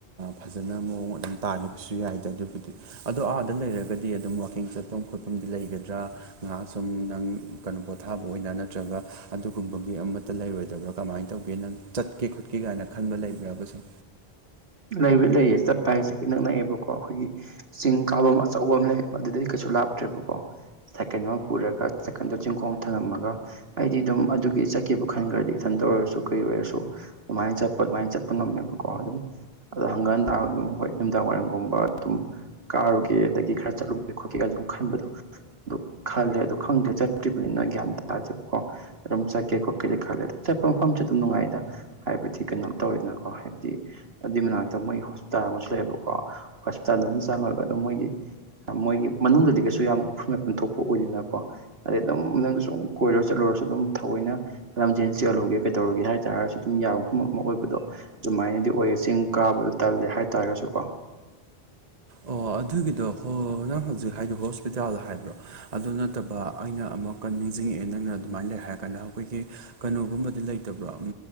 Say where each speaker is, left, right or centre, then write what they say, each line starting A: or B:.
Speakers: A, on the right (about 40°); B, on the right (about 70°).
A: ꯐꯖꯅ ꯃꯑꯣꯡ ꯑꯗꯨꯝ ꯇꯥꯈꯤꯕꯁꯨ ꯌꯥꯏꯗꯦ ꯑꯗꯨꯕꯨꯗꯤ ꯑꯗꯣ ꯑꯥꯗ ꯂꯩꯔꯒꯗꯤ ꯑꯗꯨꯝ ꯀꯤꯡ ꯆꯠꯐꯝ ꯈꯣꯠꯐꯝꯗꯤ ꯂꯩꯒꯗ꯭ꯔꯥ ꯉꯥꯏꯍꯥꯛ ꯁꯨꯝ ꯅꯪ ꯀꯩꯅꯣ ꯄꯣꯊꯥꯕ ꯑꯣꯏꯅ ꯅꯠꯇ꯭ꯔꯒ ꯑꯗꯨꯒꯨꯝꯕꯒꯤ ꯑꯃꯠꯇ ꯂꯩꯔꯣꯏꯗꯕ꯭ꯔꯥ ꯀꯃꯥꯏꯅ ꯇꯧꯒꯦ ꯅꯪ ꯆꯠꯀꯦ ꯈꯣꯠꯀꯦ ꯀꯥꯏꯅ ꯈꯟꯕ ꯂꯩꯕ꯭ꯔꯥꯕ <unintelligible>
B: ꯂꯩꯕ ꯂꯩꯌꯦ ꯆꯠꯄ ꯍꯥꯏꯁꯦ ꯑꯩꯣꯏꯅꯛ ꯅꯛꯑꯦꯕꯀꯣ ꯑꯩꯈꯣꯏꯒꯤ ꯆꯤꯡ ꯀꯥꯐꯝ ꯑꯆꯧꯕ ꯑꯃ ꯂꯩꯌꯦꯕ ꯑꯗꯨꯗꯩ ꯀꯩꯁꯨ ꯂꯥꯞ ꯇ꯭ꯔꯦꯕꯨꯀꯣ ꯁꯦꯀꯟ ꯑꯃ ꯄꯨꯔꯒ ꯁꯀꯗꯣ ꯆꯤꯡꯈꯣꯡ ꯊꯝꯂꯝꯝꯃꯒ ꯑꯩꯗꯤ ꯑꯗꯨꯝ ꯑꯗꯨꯒꯤ ꯆꯠꯀꯦꯕꯨ ꯈꯟꯈ꯭ꯔꯗꯤ ꯑꯗꯣ ꯑꯣꯏꯔꯁꯨ ꯀꯩ ꯑꯣꯏꯔꯁꯨ ꯑꯗꯨꯃꯥꯏꯅ ꯆꯠꯄ ꯑꯗꯨꯃꯥꯏꯅ ꯆꯠꯄ ꯉꯝꯃꯦꯕꯀꯣ ꯑꯗꯨꯝ ꯑꯗꯣ ꯍꯪꯒꯠ ꯍꯟꯗ ꯑꯗꯨꯝ ꯍꯣꯏ ꯅꯨꯃꯤꯗꯥꯡ ꯋꯥꯏꯔꯝꯒꯨꯝꯕ ꯑꯗꯨꯝ ꯀꯥꯔꯨꯒꯦ ꯑꯗꯒꯤ ꯈꯔ ꯆꯠꯂꯨꯒꯦ ꯈꯣꯠꯀꯦꯒ ꯁꯨꯝ ꯈꯟꯕꯗꯣ ꯑꯗꯨ ꯈꯜꯂꯦ ꯑꯗꯨ ꯈꯪꯗ꯭ꯔꯦ ꯆꯠꯇ꯭ꯔꯤꯕꯅꯤꯅ ꯅꯥ ꯒꯌꯥꯟ ꯇꯥꯗꯦꯕꯊꯣ ꯑꯗꯨꯝ ꯆꯠꯀꯦ ꯈꯣꯠꯀꯦ ꯈꯜꯂꯦ ꯑꯗꯨꯝ ꯆꯠꯄ ꯃꯐꯝꯁꯨ ꯑꯗꯨꯝ ꯅꯨꯡꯉꯥꯏꯗ ꯍꯥꯏꯕꯗꯤ ꯀꯩꯅꯣꯝ ꯇꯧꯋꯤꯗꯅꯀꯣ ꯍꯥꯏꯕꯗꯤ ꯑꯗꯨꯏ ꯃꯅꯥꯛꯇ ꯃꯣꯏꯒꯤ ꯍꯣꯁꯄꯤꯇꯥꯜ ꯑꯃꯁꯨ ꯂꯩꯌꯦꯕꯀꯣ ꯍꯣꯁꯄꯤꯇꯥꯜ ꯑꯗꯨꯝ ꯆꯪꯉ꯭ꯔꯒ ꯑꯗꯨꯝ ꯃꯣꯏꯒꯤ ꯃꯣꯏꯒꯤ ꯃꯅꯨꯡꯗꯗꯤ ꯀꯩꯁꯨ ꯌꯥꯝꯅ ꯎꯐꯨꯟ ꯋꯥꯏꯐꯨꯟ ꯊꯣꯛꯄ ꯑꯣꯏꯗꯅꯀꯣ ꯑꯗꯩ ꯑꯗꯨꯝ ꯅꯪꯖꯨ ꯁꯨꯝ ꯀꯣꯏꯔ ꯆꯠꯂꯨꯔ ꯑꯗꯨꯝ ꯊꯋꯣꯢꯅ ꯂꯝꯖꯦꯜ ꯆꯦꯜꯂꯨꯒꯦ ꯀꯩꯗꯧꯔꯨꯒꯦ ꯍꯥꯏ ꯇꯔꯁꯨ ꯑꯗꯨꯝ ꯌꯥꯕ ꯃꯐꯝꯑꯃ ꯑꯣꯏꯕꯗꯣ ꯑꯗꯨꯃꯥꯏ ꯅꯗꯤ ꯑꯣꯏꯌꯦ ꯆꯤꯡ ꯀꯥꯕꯗꯨ ꯇꯜꯂꯦ ꯍꯥꯏꯇꯥꯥꯔꯁꯨ ꯀꯣ
A: ꯑꯣ ꯑꯗꯨꯒꯤꯗꯣ ꯍꯣ ꯍꯣ ꯅꯪ ꯍꯧꯖꯤꯛ ꯍꯥꯏꯗꯣ ꯍꯣꯁꯄꯤꯇꯥꯜ ꯍꯥꯏꯕ꯭ꯔꯣ ꯑꯗꯨ ꯅꯠꯇꯕ ꯑꯩꯅ ꯑꯃꯛꯀ ꯅꯤꯡꯖꯤꯡ ꯖꯤꯡꯉꯛꯑꯦ ꯅꯪꯅ ꯑꯗꯨꯃꯥꯏꯅ ꯂꯩ ꯍꯥꯏꯔ ꯀꯥꯟꯗ ꯑꯩꯈꯣꯏꯒꯤ ꯀꯩꯅꯣꯒꯨꯝꯕꯗꯤ ꯂꯩꯇꯕ꯭ꯔꯣ ꯎꯝ